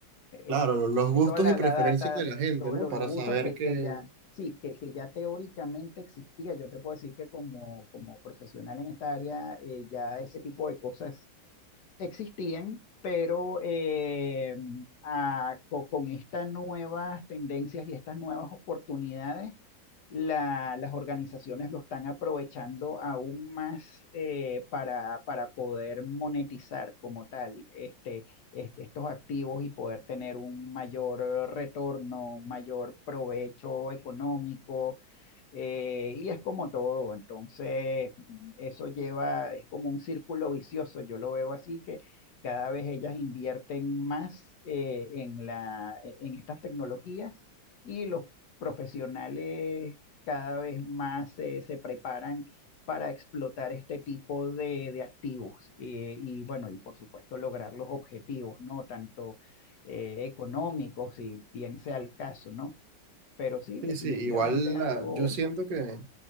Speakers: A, on the left; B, on the right.
A: eh,
B: Claro, lo- los gustos
A: eh, toda la,
B: y preferencias
A: la data,
B: de la gente,
A: todos
B: ¿no?
A: lo-
B: Para
A: los usos
B: saber
A: que,
B: que,
A: que ya, sí, que, que ya teóricamente existía. Yo te puedo decir que como, como profesional en esta área, eh, ya ese tipo de cosas existían, pero eh, ah, co- con estas nuevas tendencias y estas nuevas oportunidades la- las organizaciones lo están aprovechando aún más eh, para, para poder monetizar como tal este, este- estos activos y poder tener un mayor retorno, un mayor provecho económico. eh, y es como todo, entonces mm, eso lleva, es como un círculo vicioso, yo lo veo así que cada vez ellas invierten más eh, en la, en estas tecnologías y los profesionales cada vez más eh, se preparan para explotar este tipo de, de activos eh, y bueno, y por supuesto lograr los objetivos, ¿no? Tanto eh, económicos, si bien sea el caso, ¿no? Pero sí,
B: sí,
A: definitivamente
B: sí, igual
A: es algo,
B: la- yo siento que...